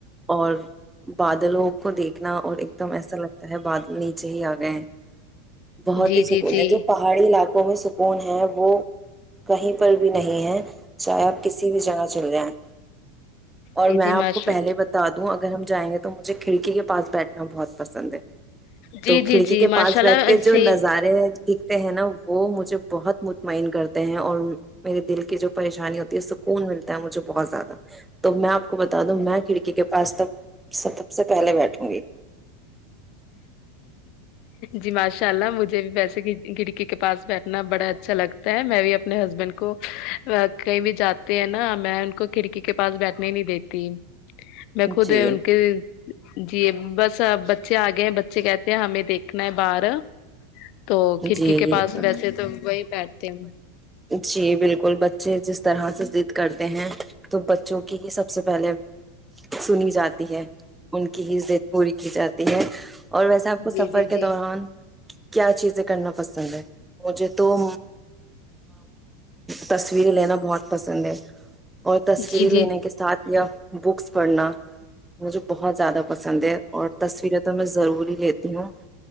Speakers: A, in the centre; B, on the left (about 45°).
A: اور بادلوں کو دیکھنا اور ایک دم ایسا لگتا ہے بادل نیچے ہی آ گئے بہت
B: جی
A: ہی سکون
B: جی جی
A: ہے جو پہاڑی علاقوں میں سک ف ہے وہ کہیں پر بھی نہیں ہے چاہے آپ کسی بھی جگہ چل جائیں اور
B: جی
A: میں
B: جی
A: آپ
B: ماشاء
A: کو پہلے بتا دوں اگر ہم جائ گے تو مجھے کھڑی کے پاس بیٹھے بہت پسند ہے
B: جی
A: تو
B: جی
A: کھڑکی
B: جی
A: کے پاس
B: ماشاء
A: بیٹھ
B: اللہ
A: کے جو
B: سے
A: نظارے دکھتے ہیں نا وہ مجھے بہت مطمئن کرتے ہیں اور میرے دل کی جو پریشانی ہوتی ہے سکون ملتا ہے مجھے بہت زیادہ تو میں آپ کو بتا دوں میں کھڑکی کے پاس تک سب سے پہلے بیٹھوں گی
B: جی ماشاء اللہ مجھے بھی ویسے کھڑکی کے پاس بیٹھنا بڑا اچھا لگتا ہے میں بھی اپنے ہسبینڈ کو کہیں بھی جاتے ہیں نا میں ان کو کھڑکی کے پاس بیٹھنے نہیں دیتی میں خود
A: جی
B: ان کے جی بس بچے آگئے ہیں بچے کہتے ہیں ہمیں دیکھنا ہے باہر تو کڑکی
A: جی یہ
B: کے پاس
A: ہے
B: ویسے تو وہی بیٹھتے ہ
A: جی بالکل بچے جس طرح سے ضد کرتے ہیں تو بچوں کی ہی سب سے پہلے سنی جاتی ہے ان کی ہی زد پوری کی جاتی ہے اور ویسے آپ کو
B: جی
A: سفر
B: جی
A: کے
B: جی
A: دوران کیا چیزیں کرنا پسند ہے مجھے تو تصویریں لینا بہت پسند ہے اور تصویریں
B: جی جی
A: لینے کے ساتھ یا بکس پڑھنا مجھے بہت زیادہ پسند ہے اور تصویریں تو میں ضروری لیتی ہوں